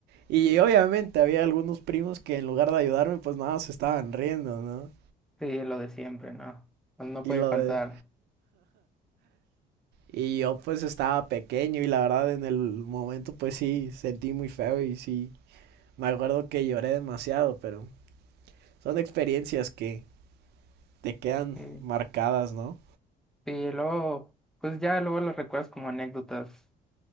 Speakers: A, on the right (about 75°); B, in the centre.
A: Y obviamente había algunos primos que en lugar de ayudarme, pues nada, se estaban riendo, ¿no?
B: Sí, lo de siempre, ¿no? Pues No
A: Y
B: puede
A: lo
B: faltar.
A: de, Y yo pues estaba pequeño y la verdad en el momento pues sí sentí muy feo y sí me acuerdo que lloré demasiado, pero son experiencias que te quedan
B: Sí,
A: marcadas, ¿no?
B: sí, y luego, pues ya luego lo recuerdas como anécdotas,